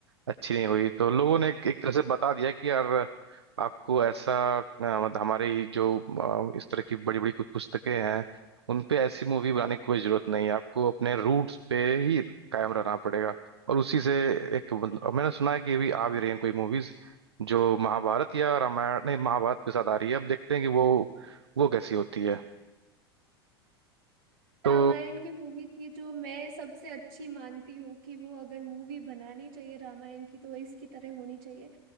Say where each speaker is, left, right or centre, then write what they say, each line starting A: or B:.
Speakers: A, on the right; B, on the right.
A: अच्छी नहीं हुई तो लोगों ने एक एक तरह से बता दिया कि यार आपको ऐसा अ, मतलब हमारी जो अ, इस तरह की बड़ी बड़ी कुछ पुस्तकें हैं उन पे ऐसी मूवी बनाने की कोई जरूरत नहीं है आपको अपने रूट्स पे ही कायम रहना पड़ेगा और उसी से एक मतलब मैंने सुना है कि अभी आ भी रही हैं कोई मूवीज जो महाभारत या रामायण नहीं महाभारत के साथ आ रही है अब देखते हैं कि वो वो कैसी होती है तो
B: रामायण की मूवी थी जो मैं सबसे अच्छी मानती हूँ कि वो अगर मूवी बनानी चाहिए रामायण की तो इसकी तरह होनी चाहिए